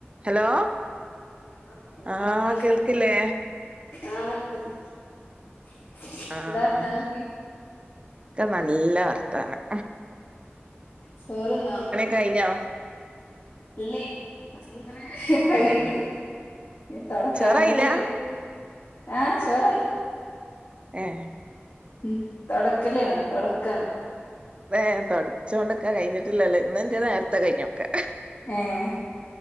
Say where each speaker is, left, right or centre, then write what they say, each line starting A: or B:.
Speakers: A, on the right; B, on the left.
A: Hello
B: ആഹ് എന്താ
A: ആഹ്
B: വർത്താനം
A: കേൾക്കില്ലേ
B: ആഹ് ണ്ട്
A: ആഹ
B: എന്താ വർത്താനൊക്കെ
A: ക്ക നല്ല വർത്താനം
B: ചോറ്ന്നോ?
A: കയിഞ്ഞോ?
B: ഇല്ലേ പണി ഇങ്ങനെ കയ്ണ്
A: ഏഹ്
B: ഇനി തൊടക്കാനു
A: ചോറായില്ല
B: കൂടിണ്ട് ആഹ് ചോറായി.
A: ഏഹ്
B: ഉ തൊടക്കല്ലാണ് തൊടക്കാണ്
A: വെ തൊടച്ചൊണ്ട്ക്കാ കഴിഞ്ഞിട്ടില്ലലേ ഇന്നിന്റെ നേർത്തെ കഴിഞ്ഞൊക്കെ
B: ഏഹ്